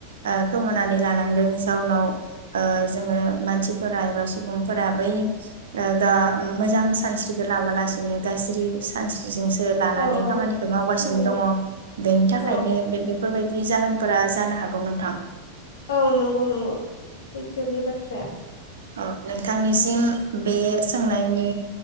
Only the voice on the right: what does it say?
ओखोमानानै लानांदों जाउनाव ओ जोङो मानसिफोरा एबा सुबुंफोरा बै ओ दा मोजां सानस्रिखो लाबोलासिनो गाज्रि सानसि जोंसो लानानै
खामानिखौ मावगासिनो
दङ बेनि थाखायनो
बे बेफोरबायदि जाहोनफोरा जानो हागौ नोंथां।
औ नोंथांनिसिम बे सोंनायनि